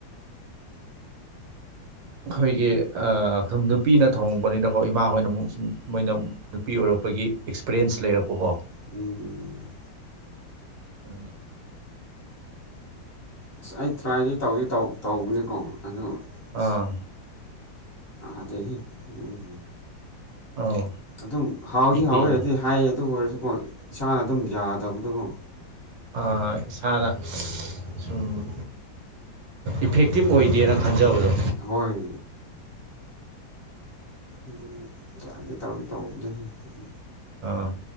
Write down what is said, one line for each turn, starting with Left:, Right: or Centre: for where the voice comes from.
Right: ꯑꯩꯈꯣꯏꯒꯤ ꯁꯨꯝ ꯅꯨꯄꯤꯅ ꯊꯣꯡꯕꯅꯤꯅꯀꯣ ꯏꯃꯥ ꯍꯣꯏꯅ ꯑꯃꯨꯛ ꯁꯨꯝ ꯃꯣꯏꯅ ꯅꯨꯄꯤ ꯑꯣꯏꯔꯣ ꯄꯒꯤ ꯑꯦꯛꯁꯄꯤꯔꯤꯌꯦꯟꯁ ꯂꯩꯔꯛꯄꯀꯣ
Left: ꯎꯝ ꯎꯝ
Right: ꯑ
Left: ꯑꯁ ꯑꯩ ꯇ꯭ꯔꯥꯏꯗꯤ ꯇꯧꯗꯤ ꯇꯧꯕꯅꯤꯀꯣ ꯑꯗꯨ ꯑꯁ
Right: ꯑꯥ
Left: ꯑꯗꯩ ꯎꯝ
Right: ꯑꯧ
Left: ꯑꯗꯨꯝ ꯍꯥꯎꯗꯤ
Right: ꯍꯦꯛꯇ
Left: ꯍꯥꯎꯋꯦ
Right: ꯌꯥ
Left: ꯍꯥꯏꯗꯤ ꯍꯥꯏꯌꯦ ꯑꯗꯨ ꯑꯣꯏꯔꯁꯨꯀꯣ ꯏꯁꯥꯅ ꯑꯗꯨꯝ ꯌꯥꯗꯕꯗꯨꯕꯨ
Right: ꯑꯥ ꯏꯁꯥꯅ ꯁꯨꯝ ꯏꯐꯦꯛꯇꯤꯞ ꯑꯣꯏꯗꯦꯅ ꯈꯟꯖꯕꯗꯣ
Left: ꯍꯣꯏ ꯎꯝ ꯆꯒꯦ ꯇꯧꯒꯦ ꯇꯧꯕꯅꯦ ꯎ
Right: ꯑꯥ